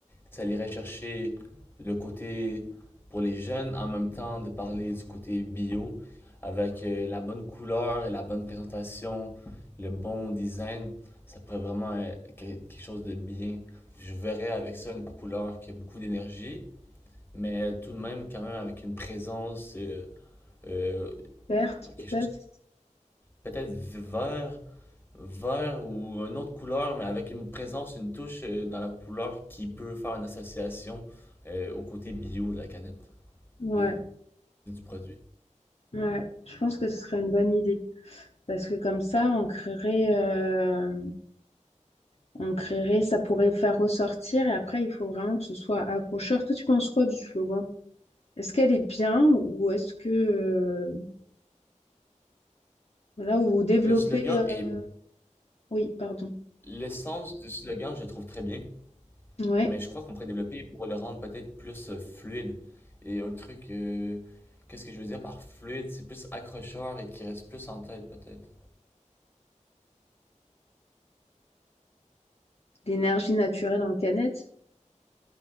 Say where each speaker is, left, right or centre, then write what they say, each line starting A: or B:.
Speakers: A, on the left (about 15°); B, on the left (about 55°).
A: ça irait chercher le côté pour les jeunes, en même temps de parler du côté bio, avec euh, la bonne couleur et la bonne présentation, le bon design, ça pourrait vraiment être quel- quelque chose de bien. Je verrais avec ça une couleur qui a beaucoup d'énergie, mais tout de même quand même avec une présence, euh, euh,
B: Verte,
A: qu'on- quelque
B: peut-être.
A: chose peut-être vert, Vert ou une autre couleur, mais avec une présence, une touche euh, dans la couleur qui peut faire une association euh, au côté bio de la canette,
B: Ouais.
A: de- du produit.
B: Ouais, je pense que ce serait une bonne idée. Parce que comme ça, on créerait, euh, on créerait, ça pourrait faire ressortir. Et après, il faut vraiment que ce soit accrocheur. Toi, tu penses quoi du slogan? Est-ce qu'elle est bien ou est-ce que, euh, voilà, ou développer,
A: Le slogan
B: euh,
A: est
B: oui, pardon.
A: l'essence du slogan, je le trouve très bien,
B: Ouais,
A: mais je crois qu'on pourrait développer pour le rendre peut-être plus euh, fluide. Et un truc, euh, qu'est-ce que je veux dire par fluide? C'est plus accrocheur et qui reste plus en tête peut-être.
B: l'énergie naturelle en canette.